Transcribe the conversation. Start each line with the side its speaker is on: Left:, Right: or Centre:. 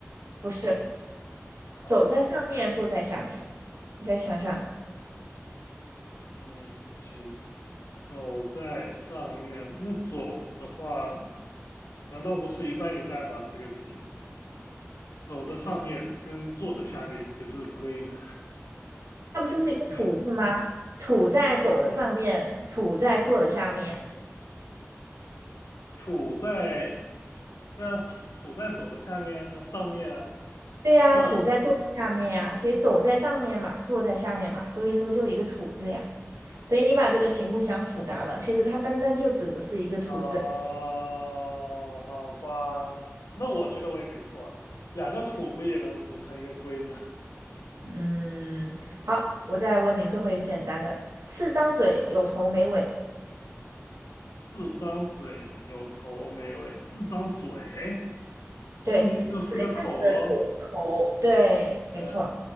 Right: 不是，
Left: 嗯，好。
Right: 走在上面，坐在下面。你再想想，
Left: 嗯，行，走在上面。那走的话，难道不是一半一半吗？这个题，走的上面跟坐的下面不是归吗？
Right: 那不就是一个土字吗？
Left: <laughs> 对啊，
Right: 土在走的上面，土在坐的下面。
Left: 土在，对啊，土土在走的下面，呃，上面啊。
Right: 对呀、
Left: 那
Right: 土在坐的下面呀，所以走在上面嘛，坐在下面嘛，所以说就一个土字呀。所以你把这个题目想复杂了，其实它单单就指的是一个土字。
Left: 啊，好吧，那我觉得我也没错啊，两个土不也能组成一个龟子？<laughs>
Right: 嗯，好，我再来问你最后一个简单的：四张嘴，有头没尾，
Left: 四张嘴，有头没尾，四张嘴，
Right: 对对，
Left: 那就四个口喽。
Right: 这个是口，对，
Left: 对啊。
Right: 没错，